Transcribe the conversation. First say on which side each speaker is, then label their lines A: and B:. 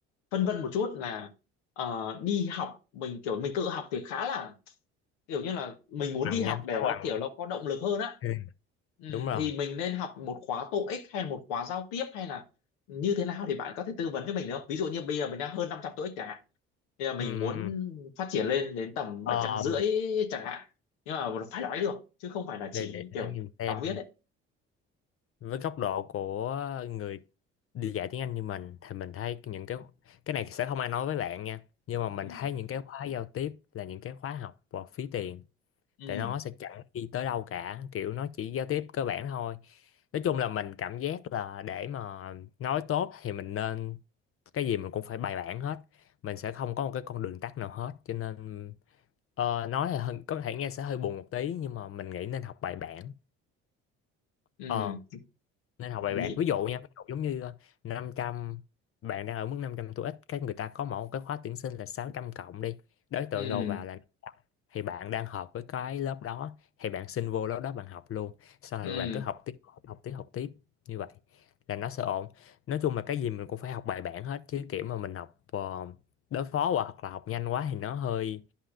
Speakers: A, on the left (about 80°); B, on the left (about 45°).
A: phân vân một chút là ờ, đi học mình kiểu mình tự học thì khá là kiểu như là mình muốn
B: bằng
A: đi học
B: nha,
A: để
B: khá
A: nó
B: bằng.
A: kiểu nó có động lực hơn á
B: Ừ,
A: ừ,
B: Đúng rồi.
A: thì mình nên học một khóa TOEIC hay là một khóa giao tiếp hay là như thế nào thì bạn có thể tư vấn cho mình được không ví dụ như bây giờ mình đang hơn 500 TOEIC chẳng hạn thì là mình
B: Ừ, ừ,
A: muốn
B: ừ.
A: phát triển lên đến tầm
B: ờ,
A: bảy trăm rưỡi chẳng hạn nhưng mà phải nói được chứ không phải là
B: để,
A: chỉ
B: để, để
A: kiểu
B: mình xem.
A: đọc viết ấy
B: với góc độ của người đi dạy tiếng Anh như mình thì mình thấy những cái cái này sẽ không ai nói với bạn nha nhưng mà mình
A: ừ.
B: thấy những cái khóa giao tiếp là những cái khóa học và phí tiền
A: ừ
B: tại nó sẽ chẳng đi tới đâu cả kiểu nó chỉ giao tiếp cơ bản thôi nói chung là mình cảm giác là để mà nói tốt thì mình nên cái gì mình cũng phải bài bản hết mình sẽ không có một cái con đường tắt nào hết cho nên ờ, nói là hơi- có thể nghe sẽ hơi buồn một tí nhưng mà mình nghĩ nên học bài bản
A: ừ
B: Ờ nên học bài
A: lý
B: bạc ví dụ nha ví dụ giống như ờ, năm trăm bạn đang ở mức 500 TOEIC cái người ta có mỗi một cái khóa tuyển sinh là 600 cộng đi đối tượng
A: ừ
B: đầu vào là 500. thì bạn đang hợp với cái lớp đó thì bạn xin vô lớp đó bạn học luôn sau
A: ừ
B: rồi bạn cứ học tiếp học tiếp học tiếp như vậy là nó sẽ ổn nói chung là cái gì mình cũng phải học bài bản hết chứ kiểu mà mình học ờ, đối phó quá hoặc là học nhanh quá thì nó hơi